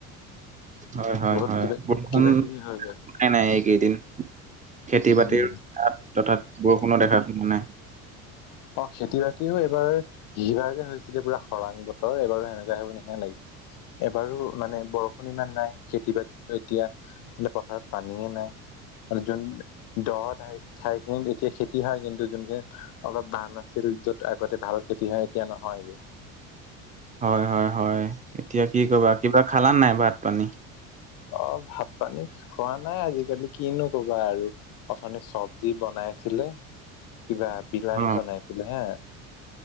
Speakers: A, on the right; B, on the left.
A: হয় হয়
B: বহুত
A: হয়
B: কিবা
A: বৰষুণ।
B: কিবা কিবি হৈ গল
A: নাই নাই এইকেইদিন খেতি
B: উম
A: বাতিৰ তথাৎ বৰষুণৰ দেখা মানে।
B: অ খেতি বাতিও এইবাৰ, সিবাৰ যে হৈছিলে পুৰা খৰাং বতৰ এইবাৰো সেনেকুৱাই হ'ব নিচিনা লাইক এবাৰো মানে বৰষুণ ইমান নাই খেতি বাতি এতিয়া পথাৰত পানীয়ে নাই। যোন দহ ঠাই ঠাইখিনিত এতিয়া খেতি হায় কিন্তু যোনখিনিত অলপ দাম আছিল য'ত আগতে ভাল খেতি হয় এতিয়া নহয়।
A: হয় হয় হয় এতিয়া কি কবা কিবা খালা নাই ভাত পানী?
B: অ ভাত পানী খোৱা নাই আজিকালি কিনো কবা আৰু। অথনি চবজি বনাইছিলে কিবা বিলাহী
A: অ
B: বনাইছিলে হে